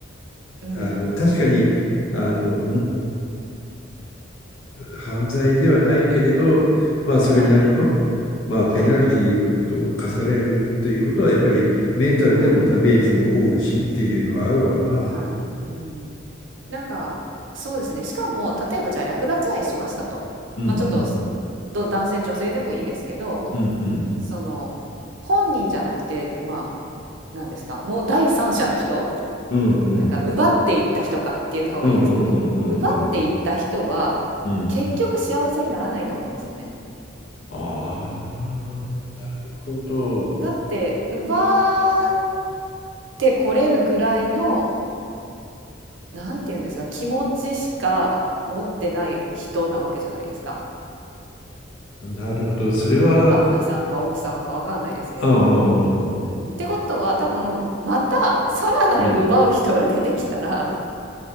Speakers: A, on the right; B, on the left.
A: うん。
B: あの確かにあの犯罪ではないけれど、まあ、それなりの、
A: はい、
B: まあ、ペナルティーを課されるということは、
A: はい。
B: やっぱりメンタルでもダメージも負うしっていうのはあるわな。
A: ありますよね。はい。うん。なんか、そうですね。しかも、例えばじゃあ略奪愛しましたと。
B: うんうん
A: まあ、ちょっと、ど男性、女性でもいいですけど、
B: うんうん
A: その、本人じゃなくて、まあ、なんですか、もう第三者の人
B: うんうん
A: なんか奪っていった人かって言った方がいいですかね。
B: うんうんうんうん
A: 奪っていった人は
B: うん
A: 結局幸せにならないと思うんですよね。
B: ああ、なるほど。
A: だって奪ってこれるぐらいのなんて言うんですか気持ちしか持ってない人なわけじゃないですか。
B: なるほど。それは、
A: 旦那さんか奥様かわかんないですけど。
B: うん
A: うん、ってことは多分またさらなる奪う人が出てきたら
B: うん。